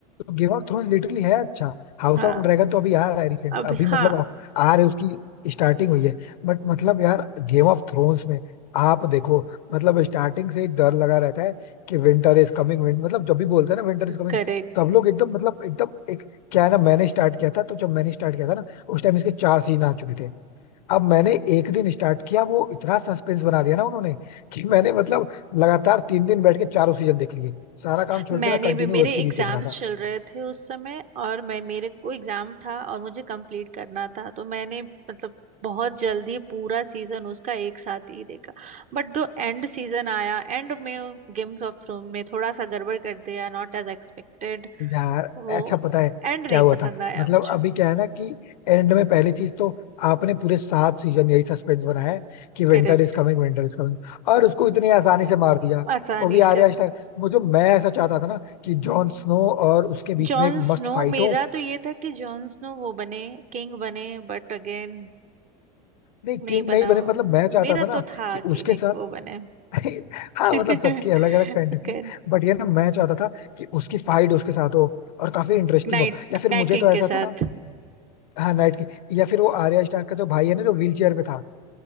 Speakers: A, on the left; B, on the right.
A: गेम ऑफ थ्रोन्स लिटरली है अच्छा हाउस
B: हाँ
A: ऑफ ड्रैगन तो अभी आ रहा है रिसेंटली
B: अभी
A: अभी
B: हाँ
A: मतलब आ आ रहे उसकी स्टार्टिंग हुई है बट मतलब यार गेम ऑफ थ्रोन्स में आप देखो मतलब स्टार्टिंग से ही डर लगा रहता है कि विंटर इज कमिंग विंट मतलब जब भी बोलते हैं ना विंटर इज कमिंग
B: करेक्ट
A: सब लोग एकदम मतलब एकदम एक क्या है ना मैंने स्टार्ट किया था तो जब मैंने स्टार्ट किया था ना उस टाइम इसके चार सीजन आ चुके थे अब मैंने एक दिन स्टार्ट किया वो इतना सस्पेंस बना दिया ना उन्होंने कि मैंने मतलब लगातार तीन दिन बैठ के चारों सीजन देख लिए सारा काम छोड़
B: मैंने
A: के मैं कंटिन्यू
B: भी मेरे
A: वेब सीरीज
B: एग्जाम्स
A: देख रहा था
B: चल रहे थे उस समय और मैं मेरे को एग्जाम था और मुझे कंप्लीट करना था तो मैंने मतलब बहुत जल्दी पूरा सीजन उसका एक साथ ही देखा बट जो एंड सीजन आया एंड में गेम्स ऑफ थ्रोन में थोड़ा सा गड़बड़ कर दिया नॉट एज एक्सपेक्टेड
A: यार
B: वो
A: अच्छा पता है
B: एंड नहीं
A: क्या हुआ
B: पसंद
A: था
B: आया
A: मतलब
B: मुझे
A: अभी क्या है ना कि एंड में पहली चीज तो आपने पूरे सात सीजन यही सस्पेंस बनाया है कि winter
B: करेक्ट
A: is coming winter is coming और उसको इतनी आसानी से मार दिया
B: आसानी
A: वो भी
B: से
A: आर्या स्टार मुझे मैं ऐसा चाहता था ना कि जॉन स्नो और उसके बीच
B: जॉन
A: में एक
B: स्नो
A: मस्त फाइट
B: मेरा
A: हो
B: तो ये था कि जॉन स्नो वो बने किंग बने बट अगेन
A: नहीं
B: नहीं
A: किंग
B: बनाओ
A: नहीं बने मतलब मैं चाहता
B: मेरा
A: था ना
B: तो था
A: कि
B: कि
A: उसके
B: लाइक
A: साथ
B: वो बने
A: <laughs> हाँ
B: <laughs>
A: मतलब सबकी अलग अलग फैंटेसी
B: ओके
A: बट ये ना मैं चाहता था कि उसकी फाइट उसके साथ हो और काफी इंटरेस्टिंग
B: नाइट
A: हो या फिर
B: नाइट
A: मुझे
B: किंग
A: तो
B: के
A: ऐसा
B: साथ
A: था ना हाँ नाइट की या फिर वो आर्या स्टार का जो भाई है ना जो व्हील चेयर पे था